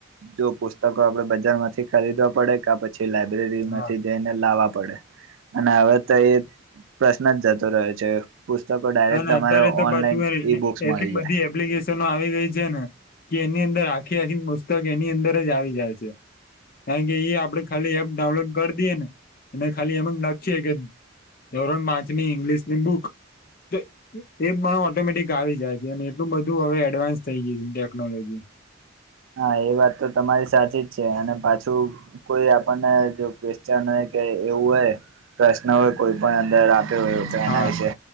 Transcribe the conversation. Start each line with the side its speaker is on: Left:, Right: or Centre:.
Right: જો પુસ્તક આપડે બજાર માંથી ખરીદવા પડે ક પછી લાયબ્રેરી માંથી
Left: હા
Right: જઈને લાવા પડે અને હવે તો એ પ્રશ્ન જ જતો રહ્યો છે પુસ્તકો ડાયરેક્ટ
Left: હા
Right: તમારે
Left: અત્યારે તો
Right: ઓનલાઈન
Left: પાછું
Right: ઈ બુક્સ મળી
Left: એટલી
Right: જાય
Left: બધી એપ્લિક આવી ગઈ છે ને કે એની અંદર આખી આખી પુસ્તક એની અંદર જ આવી જાય છે કારણ કે એ આપડે ખાલી એપ ડાઉનલોડ કરી દઈએ ને અને ખાલી એમ લખી કે એવરણ પાંચની ઇંગ્લિશની બુક એ પણ ઓટોમેટિક આવી જાય છે અને એટલું બધું હવે એડવાન્સ થઈ ગયું છે ટેકનોલોજી
Right: હા એ વાત તો તમારી સાચી જ છે અને પાછું કોઈ આપણને જો ક્વેશચન કે એવું હોય પ્રશ્ન હોય કોઈ પણ અંદર આપ્યો હોય તો એના
Left: હા
Right: વિશે